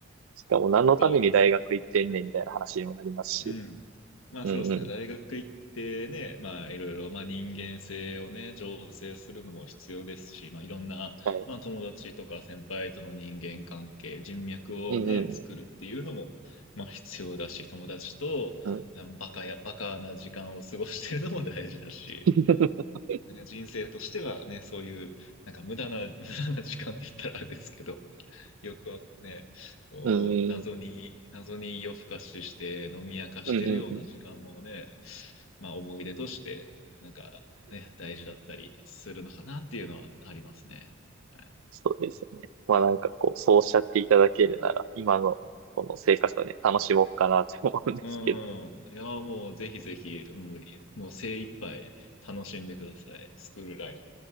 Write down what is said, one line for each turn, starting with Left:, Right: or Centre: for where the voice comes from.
Right: しかも何のために大学行ってんねんみたいな話にもなりますし。
Left: そうです。うん。まあそうですね。
Right: うんうん。
Left: 大学行ってね、まあいろいろ、まあ人間性をね、醸成するのも必要ですし、まあいろんな、
Right: はい。
Left: まあ友達とか先輩との人間関係、人脈をね、
Right: うん
Left: 作るっていうのも、まあ必要だし、友達と、
Right: うん。うん。
Left: まあバカや、バカな時間を過ごしてるのも大事だし、
Right: <laughs>
Left: ね人生としてはね、そういう、なんか無駄な、無駄な時間って言ったらあれですけど、欲はね、こう、
Right: うんうん。
Left: 謎に、謎に夜更かしして飲み明かしてるような時間もね、
Right: うんうん。
Left: まあ思い出として、なんかね、大事だったりするのかなっていうのはありますね。はい。
Right: そうですね。まあなんかこう、そうおっしゃっていただけるなら、今のこの生活をね、楽しもうかなと思うんですけど。
Left: うん。いや、もうぜひぜひ、うん、もう精一杯楽しんでください。スクールライフ。